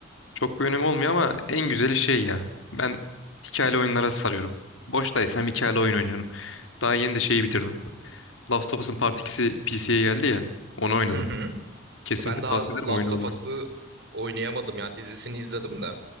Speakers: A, on the left (about 85°); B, on the right (about 60°).
A: Çok bir önemi olmuyor ama en güzeli şey ya. Ben hikayeli oyunlara sarıyorum. Boştaysam hikayeli oyun oynuyorum. Daha yeni de şeyi bitirdim. Last of Us'ın Part 2'si PC'ye geldi ya. Onu oynadım.
B: Hı hı.
A: Kesinlikle
B: Ben daha
A: tavsiye ederim
B: Last
A: oyunu
B: of
A: onu.
B: Us'ı oynayamadım ya. Dizisini izledim de.